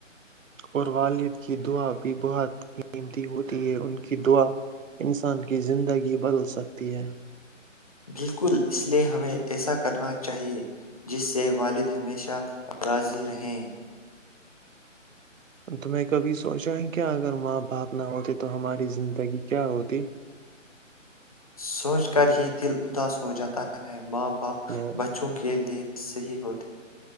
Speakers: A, on the right; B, on the left.
A: اور والد کی دعا بھی بہت قیمتی ہوتی ہے ان کی دعا انسان کی زندگی بدل سکتی ہے
B: بالکل اس لیے ہمیں ایسا کرنا چاہیئے جس سے والد ہمیشہاضی رہیں
A: تو میں کبھی سوچا ہے کیا اگر ماں باپ نہ ہوتے تو ہماری زندگی کیا ہوتی
B: سوچ کر ہی دل اداس ہو جاتا ہے ماں پپ
A: میں
B: بچوں کے لیے صحیح ہوتی